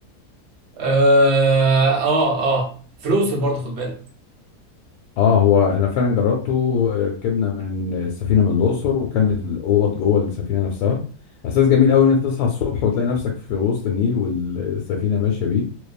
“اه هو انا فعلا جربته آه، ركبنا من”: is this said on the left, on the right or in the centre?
Left